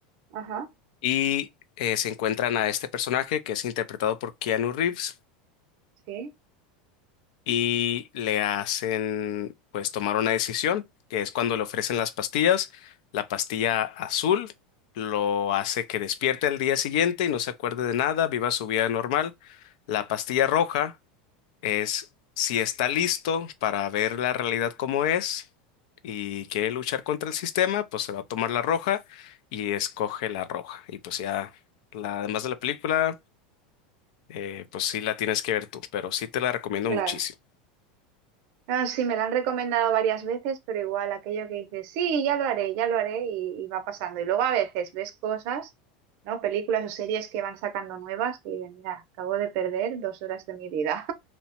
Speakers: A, on the right; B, on the left.
A: Ajá,
B: y eh, se encuentran a este personaje que es interpretado por Keanu Reeves
A: sí,
B: y le hacen pues tomar una decisión, que es cuando le ofrecen las pastillas. La pastilla azul lo hace que despierte al día siguiente y no se acuerde de nada, viva su vida normal. La pastilla roja es si está listo para ver la realidad como es y quiere luchar contra el sistema, pues se va a tomar la roja y escoge la roja. Y pues ya, la, además de la película, eh, pues sí la tienes que ver tú, pero sí te la recomiendo
A: claro.
B: muchísimo.
A: No, sí, me la han recomendado varias veces, pero igual aquello que dices, sí, ya lo haré, ya lo haré, y, y va pasando. Y luego a veces ves cosas, ¿no? Películas o series que van sacando nuevas que dices, mira, acabo de perder dos horas de mi vida.